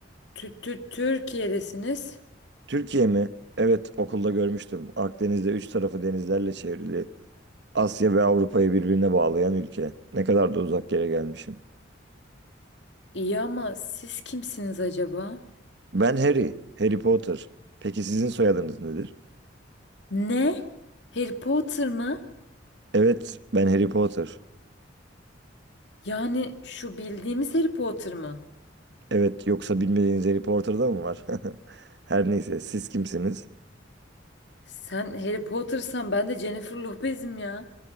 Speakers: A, on the left; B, on the right.
A: tü- tü- Türkiye'desiniz.
B: Türkiye mi? Evet, okulda görmüştüm. Akdeniz'de üç tarafı denizlerle çevrili. Asya ve Avrupa'yı birbirine bağlayan ülke. Ne kadar da uzak yere gelmişim.
A: İyi ama siz kimsiniz acaba?
B: Ben Harry, Harry Potter. Peki sizin soyadınız nedir?
A: Ne? Harry Potter mı?
B: Evet, ben Harry Potter.
A: Yani şu bildiğimiz Harry Potter mı?
B: Evet, yoksa bilmediğiniz Harry Potter'da mı var? <laughs> Her neyse, siz kimsiniz?
A: Sen Harry Potter'san ben de Jennifer Lopez'im ya.